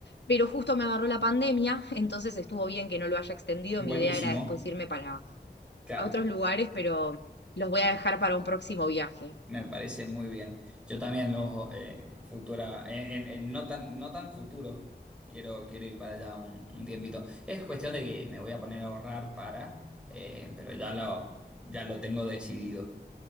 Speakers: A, on the left (about 85°); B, in the centre.
A: pero justo me agarró la pandemia, <laughs> entonces estuvo bien que no lo haya extendido.
B: Buenísimo.
A: Mi idea era después irme para
B: Claro,
A: a otros lugares, pero los voy a dejar para un próximo viaje.
B: me parece muy bien. Yo también los eh, futura, en, en- en no tan, no tan futuro, quiero, quiero ir para allá un, un tiempito. Es cuestión de que me voy a poner a ahorrar para, eh, pero ya lo, ya lo tengo decidido.